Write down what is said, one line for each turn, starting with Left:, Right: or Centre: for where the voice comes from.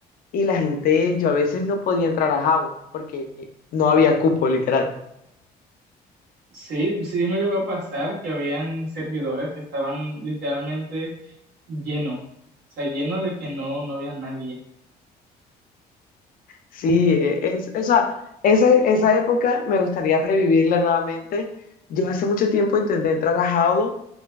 Left: y la gente, yo a veces no podía entrar a Jabo, porque no había cupo, literal.
Right: Sí, sí me llegó a pasar que habían servidores que estaban literalmente llenos, o sea, llenos de que no, no había nadie.
Left: Sí, e- es, o sea, esa, esa época me gustaría revivirla nuevamente. Yo hace mucho tiempo intenté entrar a Jabo,